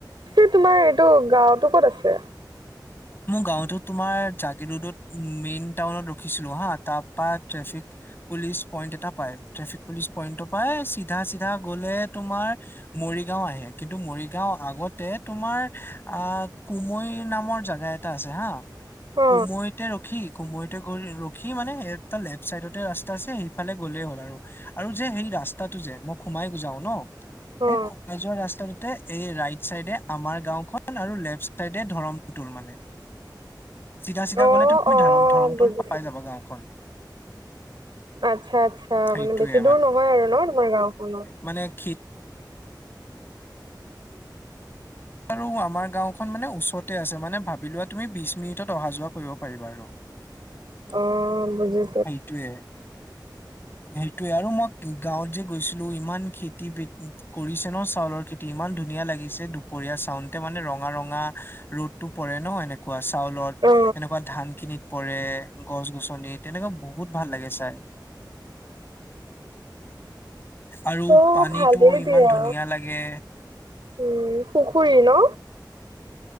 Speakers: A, on the right; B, on the left.
A: পিছে তোমাৰ এইটো গাওতো ক'ত আছে
B: মোৰ গাঁওতো তোমাৰ জাগিৰোডত মেইন টাউনত ৰখিছিলো হা তাৰ পা ট্ৰেফিক পুলিচ পইণ্ট এটা পায় ট্ৰেফিক পুলিচ পইন্ট পাই চিধা চিধা গলে তোমাৰ মৰিগাঁও আহে কিন্তু মৰিগাঁও আগতে তোমাৰ আ কুমৈ নামৰ জাগা জা এটা আছে হা
A: অ
B: কুমৈতে ৰখি কুমৈতে ঘখি সি মানেটা লেফ্ট চাইডতে ৰাস্তা আছে সিফালে গ'লেই হ'ল আৰু আৰু যে সেই ৰাস্তাটো যে মই সোমাই যাও ন
A: অ
B: এই খোৱা যোৱা ৰাস্তাটোতে এই ৰাইট চাইডে আমাৰ গাওখন আৰু লেফ্ট চাইডে ধৰণ তুল মানে। চিধা চিধা
A: অ
B: গলে তুমি
A: অ
B: ধ ধৰমটো
A: বুজিছো
B: পাই যাবা গাঁওখন।
A: আচ্ছা আচ্ছা
B: সেইটোয়ে
A: মানে বেছি দূৰ নহয় আৰু ন তোমাৰ গাওঁখনত।
B: মান কি। আৰু আমাৰ গাওখন মানে ওচৰতে আছে মানে ভাবি লোৱা তুমি বিশ মিনিটত অহা যোৱা কৰিব পাৰিবা আৰু
A: অ বুজি।
B: সেইটোৱে। সেইটোয়ে আৰু মই গাঁৱত যে গৈছিলো ইমান খেতি বাতি কৰিছে ন চাউলৰ খেতি ইমান ধুনীয়া লাগিছে দুপৰীয়া চাওঁতে মানে ৰঙা ৰঙা। ৰ'দতো পৰে নহয় এনেকুৱা চাউলত
A: অ
B: এনেকুৱা ধান খিনিত পৰে গছ গছনিত। তেনেকুৱা বহুত ভাল লাগে চাই। আৰু
A: অ
B: পানীটো
A: ভালেই
B: ইমান
A: দিয়া
B: ধুনীয়া লাগে।
A: উম পুখুৰী ন।